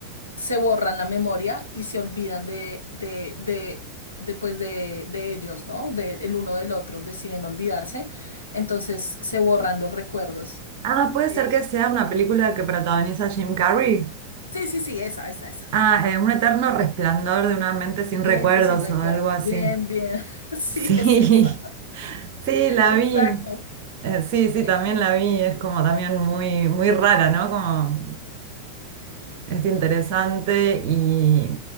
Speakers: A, on the left (about 80°); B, on the right (about 45°).
A: se borran la memoria y se olvidan de, de, de, de, pues, de, de ellos, ¿no? De, el uno del otro, deciden olvidarse, entonces se borran los recuerdos.
B: Ah, puede
A: Eh,
B: ser que sea una película que protagoniza Jim Carrey.
A: sí, sí, sí, esa, esa, esa.
B: Ah, eh, Un eterno resplandor de una mente sin
A: Mente
B: recuerdos
A: sin recuerdos,
B: o algo así.
A: bien, bien, <laughs> sí,
B: Sí,
A: es esa,
B: <laughs> sí, la
A: exacto.
B: vi. Eh, sí, sí,
A: Eh,
B: también
A: eh,
B: la vi. Es como también muy, muy rara, ¿no? Como es interesante y